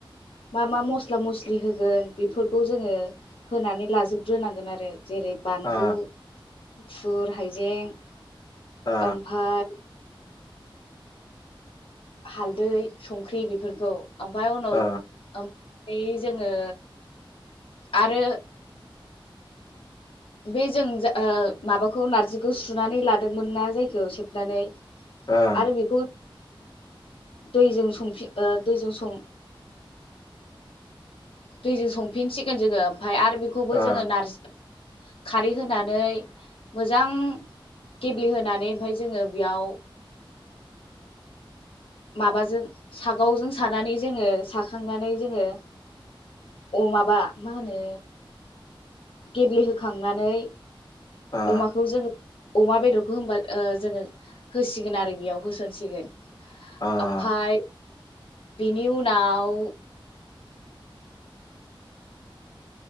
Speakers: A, on the left; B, on the left.
A: मा मा मस्ला मस्लि होगोन बेफोरखौ जोङो होनानै लाजोब ग्रोनांगोन आरो जेरै बानलु
B: ओ
A: गुफुर हाइजें
B: ओ
A: ओमफाय हालदै संख्रि बेफोरखौ ओमफाय उनाव
B: ओ
A: <unintelligible> जोङो आरो बे जों जा ओ माबाखौ नारजिखौ सुनानै लादोंमोन ना जायखौ सेबनानै
B: ओं
A: आरो बेखौ दैजों संफिन ओ दैजों सं दैजों संफिनसिगोन जोङो ओमफाय आरो बेखौबो
B: ओ
A: जोङो नारजि खारै होनानै मोजां गेब्लेहोनानै ओमफाय जोङो बेयाव माबाजों सागावजों सानानै जोङो साखांनानै जोङो अ माबा मा होनो गेब्लेहोखांनानै
B: ओ
A: अमाखौ जों अमा बेदरखौ होनबा ओ जोङो होसिगोन आरो बेयाव होसनसिगोन।
B: ओ
A: ओमफाय बिनि उनाव